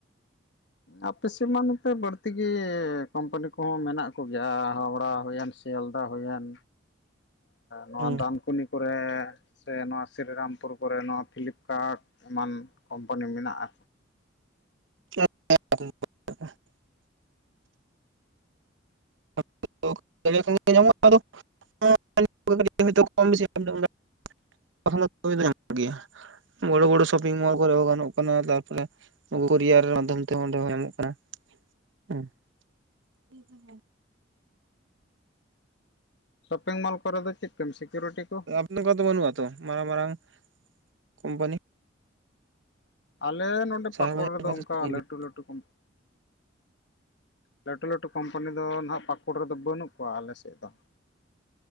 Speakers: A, on the left; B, on the right.
A: ᱟᱯᱮ ᱥᱮᱫ ᱢᱟ ᱱᱚᱛᱮ ᱵᱟᱹᱲᱛᱤ ᱜᱮ ᱠᱳᱢᱯᱟᱱᱤ ᱠᱚᱦᱚᱸ ᱢᱮᱱᱟᱜ ᱠᱚᱜᱮᱭᱟ ᱦᱟᱣᱲᱟ ᱦᱩᱭᱮᱱ ᱥᱮ ᱥᱮᱭᱟᱞᱫᱟ ᱦᱳᱭᱮᱱ ᱱᱚᱣᱟ
B: ᱦᱩᱸ
A: ᱰᱟᱱᱠᱩᱱᱤ ᱠᱚᱨᱮ ᱥᱮ ᱱᱚᱣᱟ ᱥᱨᱤᱨᱟᱢᱯᱩᱨ ᱠᱚᱨᱮ ᱱᱚᱣᱟ ᱯᱷᱤᱞᱤᱯᱠᱟᱨᱴ ᱮᱢᱟᱱ ᱠᱳᱢᱯᱟᱱᱤ ᱢᱮᱱᱟᱜ-ᱟ,
B: <inaudible> <unintelligible> ᱧᱟᱢᱚᱜᱼᱟ ᱟᱫᱚ, <unintelligible> ᱵᱤᱥᱤ ᱠᱟ. ᱢᱤ ᱫᱚ ᱧᱟᱢᱚᱜ ᱜᱮᱭᱟ᱾ ᱵᱚᱲᱚ ᱵᱚᱲᱚ ᱥᱚᱯᱤᱝ ᱢᱚᱞ ᱠᱚᱨᱮ ᱦᱚᱸ ᱜᱟᱱᱚᱜ ᱠᱟᱱᱟ ᱛᱟᱨᱯᱚᱨᱮ ᱱᱩᱠᱩ ᱠᱳᱨᱤᱭᱟᱨ ᱢᱟᱫᱽᱫᱷᱚᱢ ᱛᱮᱦᱚᱸ ᱚᱸᱰᱮ ᱦᱚᱸ ᱧᱟᱢᱚᱜ ᱠᱟᱱᱟ᱾ ᱦᱮᱸ <unintelligible>
A: ᱥᱚᱯᱤᱝ ᱢᱚᱞ ᱠᱚᱨᱮ ᱫᱚ ᱪᱮᱫ ᱠᱚᱢ ᱥᱤᱠᱩᱨᱤᱴᱤ ᱠᱚ
B: ᱠᱟ. ᱢᱤ ᱠᱚ ᱛᱚ ᱵᱟᱹᱱᱩᱜ ᱛᱚ ᱢᱟᱨᱟᱝ ᱢᱟᱨᱟᱝ ᱠᱳᱢᱯᱟᱱᱤ
A: ᱟᱞᱮ ᱱᱚᱰᱮ
B: ᱥᱟᱦᱟᱨ
A: ᱯᱟᱠᱩᱲ
B: ᱵᱟᱡᱟᱨ
A: ᱨᱮᱫᱚ
B: ᱠᱚ
A: ᱚᱱᱠᱟ
B: ᱥᱟᱺᱜᱤᱧ
A: ᱞᱟᱹᱴᱩ
B: ᱜᱮᱭᱟ?
A: ᱞᱟᱹᱴᱩ ᱠᱚᱢ ᱞᱟᱹᱴᱩ ᱞᱟᱹᱴᱩ ᱠᱳᱢᱯᱟᱱᱤ ᱫᱚ ᱱᱟᱦᱟᱸᱜ ᱯᱟᱹᱠᱩᱲ ᱨᱮᱫᱚ ᱵᱟᱹᱱᱩᱜ ᱠᱚᱣᱟ ᱟᱞᱮ ᱥᱮᱫ ᱫᱚ᱾